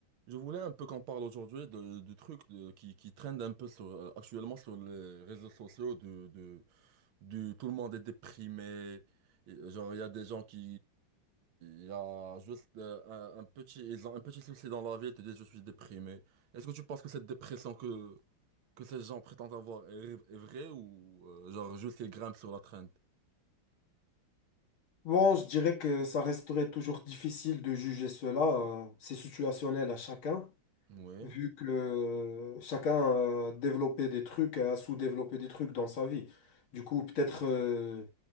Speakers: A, on the right; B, on the left.
A: Je voulais un peu qu'on parle aujourd'hui de, de trucs de- qui, qui traînent un peu sur, euh, actuellement sur les réseaux sociaux, de, de, de- tout le monde est déprimé. Et, euh, Genre, il y a des gens qui, il y a juste euh, un, un petit, ils ont un petit souci dans la vie et te disent je suis déprimé. Est-ce que tu penses que cette dépression que, que ces gens prétendent avoir est, est vraie ou euh, genre juste ils grimpent sur la traîne?
B: Bon, je dirais que ça resterait toujours difficile de juger cela. euh, C'est situationnel à chacun,
A: Oui,
B: vu que chacun a développé des trucs, a sous-développé des trucs dans sa vie. Du coup, peut-être euh,